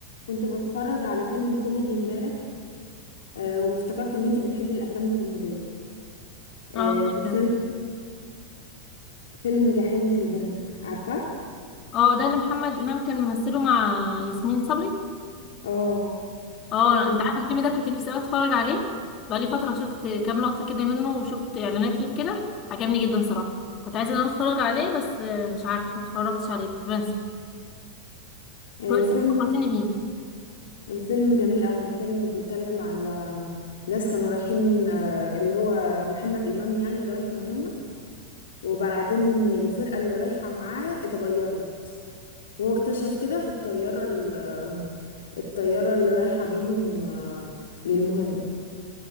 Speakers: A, on the left; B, on the left.
A: كنت بتفرج على فيلم كوميدي امبارح آه، وافتكرت ان انتي بتحبي الافلام الكوميديه آه،
B: اه
A: كان
B: فعلا
A: فيلم
B: فعلا.
A: فيلم جحيم في الهند عارفه
B: اه ده اللي محمد امام كان ممثله مع ياسمين صبري
A: اه
B: اه
A: كان-
B: انت عارف الفيلم ده كنت نفسي قوي اتفرج عليه بقالي فتره شفت كام لقطه كده منه وشفت اعلانات ليه كده عجبني جدا صراحه كنت عايزه ان انا اتفرج عليه بس آه، مش عارفه ما اتفرجتش عليه كنت بنسى
A: آه،
B: كويس
A: الفيلم
B: انت فكرتني بيه
A: الفيلم جميل قوي فيلم بيتكلم على ناس كانوا رايحين آه، اللي هو محمد امام يعني رايح مهمه وبعدين الفرقه اللي رايحه معاه اتغيرت وهو اكتشف كده في الطياره ال- آه، الطياره اللي رايحه بيهم آه، للمهمه